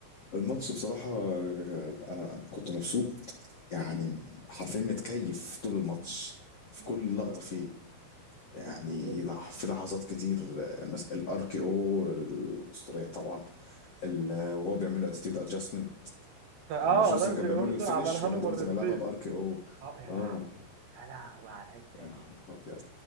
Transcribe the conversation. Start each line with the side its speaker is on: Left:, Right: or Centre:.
Left: الماتش بصراحة أنا كنت مبسوط يعني حرفيا متكيف طول الماتش في كل
Right: بالظبط
Left: لقطة فيه يعني
Right: بالظبط
Left: لح- في لحظات كتير آه، مثلا الار كي او الاسطوريه طبعا ال- آه، وهو بيعمل له اتيتيود ادجستمنت
Right: اه
Left: يعني ماجون
Right: راندي
Left: سينا كان بيعمل
Right: اورتون
Left: له الفينش
Right: عملها
Left: وراندي
Right: له مرتين
Left: اورتون لعبها بار كي او
Right: اه يا
Left: اه
Right: لهوي يا لهوي على الحته
Left: يا نهار
Right: دي
Left: ابيض